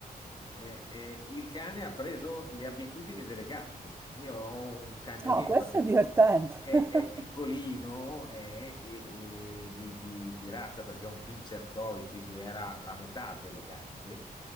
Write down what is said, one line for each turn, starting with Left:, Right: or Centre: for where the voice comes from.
Left: eh, eh, eh, il cane ha preso le abitudini delle gatte. Io ho un cagnolino,
Right: Ah, questo
Left: perché
Right: è divertente,
Left: è,
Right: <laughs>
Left: è piccolino è, è- è di, di- di razza perché è un pincher toy, quindi era la metà delle gatte.